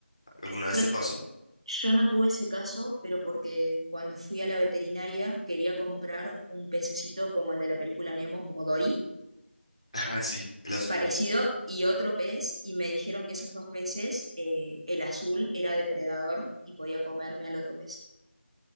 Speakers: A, on the left; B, on the right.
A: ¿Alguna vez
B: Yo,
A: te pasó?
B: yo no tuve ese caso, pero porque cuando fui a la veterinaria quería comprar un pececito como el de la película Nemo, como Dory,
A: <laughs> Ah, sí, el azulito.
B: parecido, y otro pez, y me dijeron que esos dos peces, eh, el azul era depredador y podía comerme al otro pez.